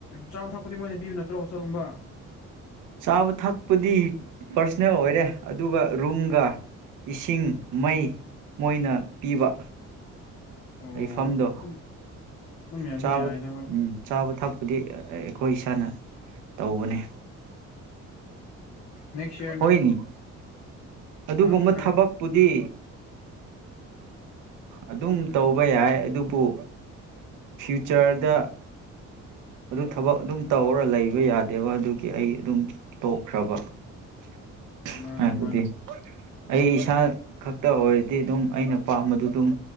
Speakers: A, on the left (about 65°); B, on the right (about 85°).
A: ꯆꯥꯕ ꯊꯛꯄꯨꯗꯤ ꯃꯣꯏꯅ ꯄꯤꯌꯨ ꯅꯠꯇ꯭ꯔꯣ ꯍꯣ ꯆꯠꯒꯨꯝꯕ
B: ꯆꯥꯕ ꯊꯛꯄꯗꯤ ꯄꯥꯔꯁꯣꯅꯦꯜ ꯑꯣꯏꯔꯦ ꯑꯗꯨꯒ ꯔꯨꯝꯒ ꯏꯁꯤꯡ ꯃꯩ ꯃꯣꯏꯅ ꯄꯤꯕ
A: ꯑꯣ
B: ꯂꯩꯐꯝꯗꯣ
A: ꯑꯗꯨꯝ ꯑꯗꯨꯝ ꯌꯥꯗꯤ
B: ꯆꯥꯕꯝ
A: ꯌꯥꯏꯗ ꯍꯣꯏ
B: ꯆꯥꯕ ꯊꯛꯄꯗꯤ ꯑꯩꯈꯣꯏ ꯏꯁꯥꯅ ꯇꯧꯕꯅꯦ
A: ꯅꯦꯛꯁ ꯏꯌꯥꯔ
B: ꯍꯣꯏꯅꯤ
A: ꯅꯪ
B: ꯑꯗꯨꯒꯨꯝꯕ
A: ꯍꯥ ꯍꯥꯏꯔꯣ
B: ꯊꯕꯛꯄꯨꯗꯤ ꯑꯗꯨꯝ ꯇꯧꯕ ꯌꯥꯏ ꯑꯗꯨꯕꯨ ꯐ꯭ꯌꯨꯆꯔꯗ ꯑꯗꯨ ꯊꯕꯛ ꯑꯗꯨꯝ ꯇꯧꯔ ꯂꯩꯕ ꯌꯥꯗꯦꯕ ꯑꯗꯨꯒꯤ ꯑꯩ ꯑꯗꯨꯝ ꯇꯣꯛꯈ꯭ꯔꯕ <unintelligible> <inaudible>
A: ꯃꯥꯅꯦ
B: ꯍꯥꯏꯕꯗꯤ
A: ꯃꯥꯅꯦ
B: ꯑꯩ ꯏꯁꯥ ꯈꯛꯇ ꯑꯣꯏꯔꯗꯤ ꯑꯗꯨꯝ ꯑꯩꯅ ꯄꯥꯝꯕꯗꯨ ꯑꯗꯨꯝ